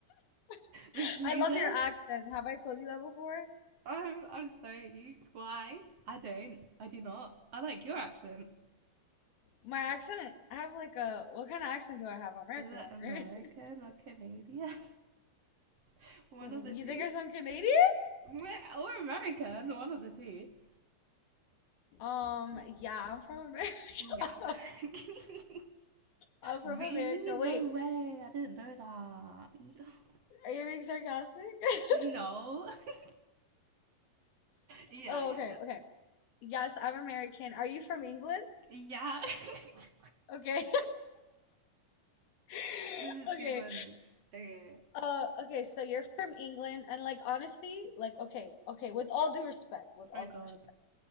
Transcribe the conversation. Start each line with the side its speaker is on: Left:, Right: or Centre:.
Left: <laughs>
Right: with tweezers?
Left: I love your accent. Have I told you that before?
Right: Um, I'm sorry. Why? I don't. I do not. I like your accent.
Left: My accent, I have like a, what kind of accent do I have? American
Right: Is it
Left: one,
Right: American
Left: right?
Right: or Canadian? <laughs>
Left: <laughs>
Right: one of the
Left: You
Right: two.
Left: think I sound Canadian?
Right: Meh, Or American, one of the two.
Left: Um, yeah, I'm from America.
Right: Yeah.
Left: <laughs>
Right: <laughs>
Left: I'm from
Right: really?
Left: America. Wait,
Right: No way. I didn't know that. <laughs>
Left: are you being sarcastic? <laughs>
Right: No. <laughs> yeah,
Left: Oh,
Right: yeah,
Left: okay,
Right: yeah.
Left: okay. Yes, I'm American. Are you from England?
Right: Yeah. <laughs>
Left: Okay. <laughs>
Right: this is
Left: Okay.
Right: too funny. Okay.
Left: Uh, okay, so you're from England and like honestly, like okay, okay, with all due respect, with
Right: Oh
Left: all
Right: god.
Left: due respect.